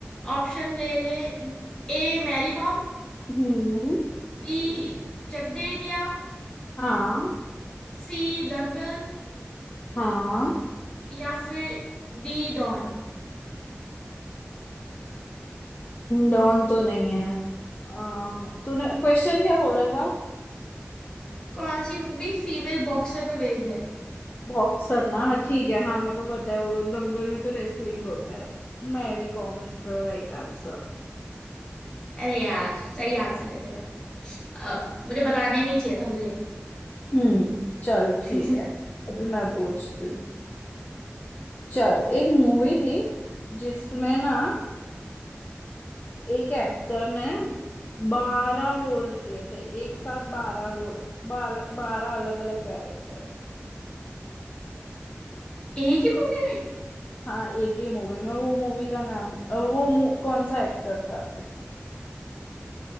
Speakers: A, on the left; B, on the left.
A: ऑप्शन ले ले ए मैरी कॉम
B: हम्म
A: बी चक दे इंडिया
B: हाँ
A: सी दंगल
B: हाँ
A: या फिर डी डॉन
B: डॉन तो नहीं है अ, तूने क्वेश्चन क्या बोला था
A: कौन सी मूवी फीमेल बॉक्सर पे बेस्ड है
B: बॉक्सर ना हाँ, ठीक है हाँ मेरे को पता है वो दंगल में तो रेसलिंग होता है Mary Kom is the right answer
A: अरे यार सही आंसर है तेरा अ, मुझे बताने नहीं चाहिए था तुझे
B: हम्म चल ठीक
A: <laughs>
B: है अभी मैं पूछती हूँ चल एक मूवी थी जिसमें ना एक एक्टर ने बारह रोल किए थे एक साथ बारह रोल बारह बारह अलग अलग कैरेक्टर
A: एक ही मूवी में
B: हाँ एक ही मूवी में वो मूवी का नाम अ, वो मु- कौन सा एक्टर था